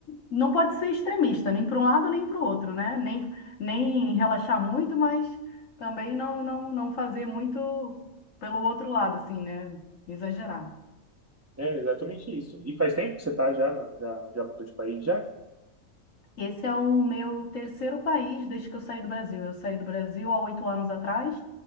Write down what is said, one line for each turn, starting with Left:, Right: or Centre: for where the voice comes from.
Left: não pode ser extremista, nem para um lado, nem para o outro, né? Nem, nem relaxar muito, mas também não, não, não fazer muito pelo outro lado, assim, né? Exagerar.
Right: É exatamente isso. E faz tempo que você tá já, na- já, já mudou de país já?
Left: Esse é o meu terceiro país desde que eu saí do Brasil. Eu saí do Brasil há oito anos atrás,